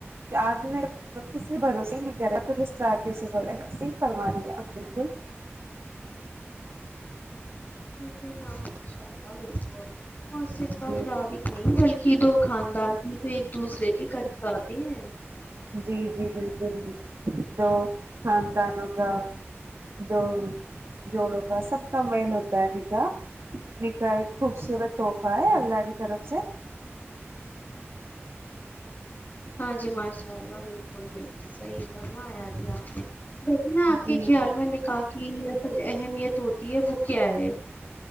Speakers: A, on the right; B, on the left.
A: پیار میں کسی سے بھروسے نہیں کر رہا تو پھر رشتہ کیسے بڑھے گاصحیح فرما رہی ہے اب بالکل
B: جی ہاں ماشاء اللہ بالکل اور صرف
A: جی
B: افراد ہی نہیں بلکہ دو خاندان ہھی تو ایک دوسرے کے قریب اتے ہیں
A: جی جی بالکل دو خاندانوں کا دو جوڑوں کا سب کا میل ہوتا ہے نکاح نکاح ایک خوبصورت تحفہ ہے اللہ کی طرف سے
B: ہاں جی ماشاء اللہ بالکل بالکل صحیح فرمایا جی آپ نے جیسے نا آپ کے
A: جی
B: خیال
A: جی
B: میں نکاح کی اصل اہمیت ہوتی ہے وہ کیا ہے